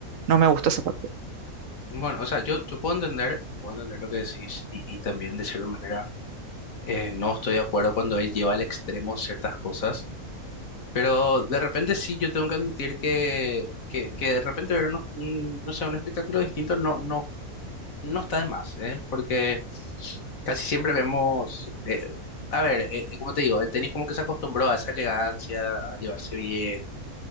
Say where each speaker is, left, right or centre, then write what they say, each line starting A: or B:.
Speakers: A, on the right; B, on the left.
A: no me gusta esa parte.
B: Bueno, o sea, yo, yo puedo entender, puedo entender lo que decís y, y también de cierta manera eh, no estoy de acuerdo cuando él lleva al extremo ciertas cosas, pero de repente sí yo tengo que admitir que, que, que de repente ver unos- un, no sé, un espectáculo distinto no, no no está de más, ¿eh? Porque casi siempre vemos, eh, a ver, eh, eh, como te digo, el tenis como que se acostumbró a esa elegancia, a llevarse bien,